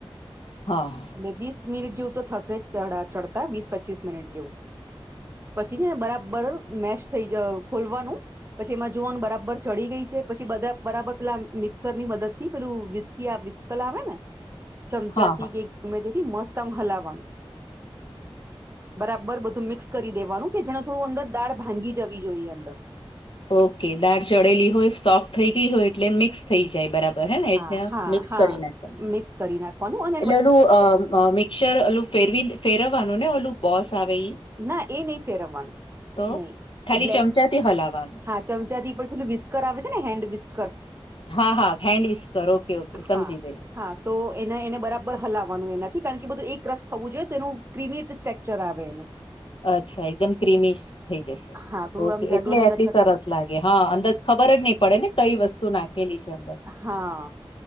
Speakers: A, on the left; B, on the right.
A: હા.
B: એટલે વીસ મિનિટ જેવું તો થશે જ ચડા ચડતા, વીસ પચીસ મિનિટ જેવું. પછી છે ને બરાબર મેશ થઈ જ ખોલવાનું. પછી એમાં જોવાનું બરાબર ચડી ગઈ છે, પછી બધાં બરાબર પહેલા આમ મિક્સરની મદદથી પેલું વિસ્કી આ વિસ કલ આવે ને?
A: <inaudible>
B: ચમચાથી
A: હા
B: કે ગમે તેથી મસ્ત આમ હલાવાનું. બરાબર બધું મિક્સ કરી દેવાનું, કે જેના થોડું અંદર દાળ ભાંગી જવી જોઈએ અંદર.
A: ઓકે. દાળ ચડેલી હોય, સોફ્ટ થઈ ગઈ હોય એટલે મિક્સ થઈ જાય બરાબર હે ને,
B: હા
A: એ ત્યાં
B: હા
A: મિક્સ
B: હા
A: કરી નાખવાની.
B: મિક્સ કરી નાખવાનું, અન
A: એટલે ઓલું અહ-અહ મિક્સર ઓલું ફેરવી ફેરવવાનું ને ઓલું બોસ આવે ઈ?
B: ના એ નહી ફેરવવાનું,
A: તો
B: નહીં
A: ખાલી
B: એ બ્લે,
A: ચમચાથી હલાવાનું
B: હા ચમચાથી ઉપર પેલું વિસ્કર આવે છે ને હેન્ડ વિસ્કર
A: હા, હા હેન્ડવિસ્કર, ઓકે-ઓકે સમજી
B: હા
A: ગઈ.
B: હા તો એને-એને બરાબર હલાવવાનું એનાથી, કારણ કે બધું એક રસ થવું જોઈએ, તો એનું ક્રિમિટ સ્ટેક્ચર આવે એનું.
A: અચ્છા, એકદમ ક્રિમી થઈ જશે.
B: હા થોડું
A: ઓકે,
B: આમ જાડુ
A: એટલે
B: અને
A: આટલી
B: લચક
A: સરસ
B: વાળું
A: લા ગે હા અંદર ખબર જ નહીં પડે ને કંઈ વસ્તુ નાખેલી છે અંદર.
B: હા.